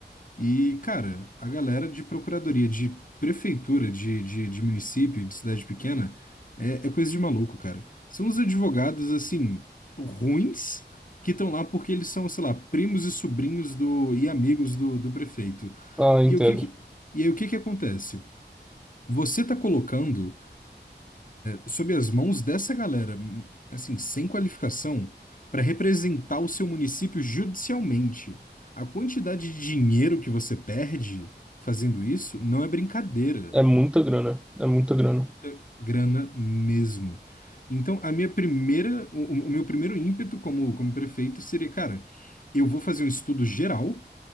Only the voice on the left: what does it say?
e, cara, a galera de procuradoria, de prefeitura, de, de, de município, de cidade pequena, é, é coisa de maluco, cara. São os advogados, assim, ruins, que estão lá porque eles são, sei lá, primos e sobrinhos do, e amigos do, do prefeito.
E o que que, e aí, o que que acontece? Você tá colocando sob as mãos dessa galera, assim, sem qualificação, para representar o seu município judicialmente. A quantidade de dinheiro que você perde fazendo isso não é brincadeira.
é Muita grana mesmo. Então, a minha primeira, o, o meu primeiro ímpeto como, como prefeito seria, cara, eu vou fazer um estudo geral